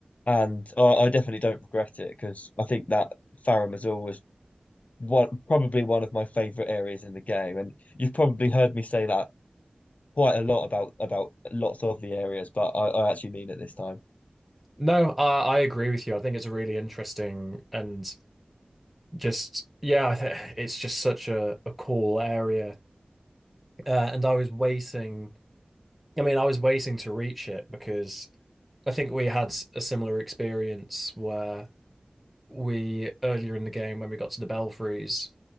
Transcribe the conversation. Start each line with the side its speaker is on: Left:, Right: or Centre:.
Left: and I, I definitely don't regret it because I think that Farah Mazul was one probably one of my favorite areas in the game and you've probably heard me say that quite a lot about about lots of the areas but I, I actually mean it this time.
Centre: No, I, I agree with you. I think it's a really interesting and just yeah, <laughs> I thi- it's just such a, a cool area. Uh, and I was waiting I mean, I was waiting to reach it because I think we had s- a similar experience where we earlier in the game when we got to the Belfries,